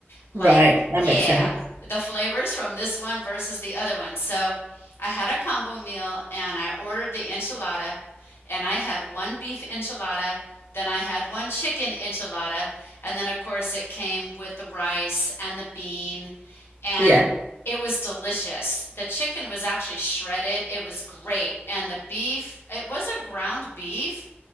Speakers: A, on the left; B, on the right.
A: like,
B: Right, that
A: yeah,
B: makes sense.
A: the flavors from this one versus the other one. So I had a combo meal and I ordered the enchilada and I had one beef enchilada, then I had one chicken enchilada, and then of course it came with the rice and the bean and
B: Yeah.
A: it was delicious. The chicken was actually shredded. It was great. And the beef, it was a ground beef,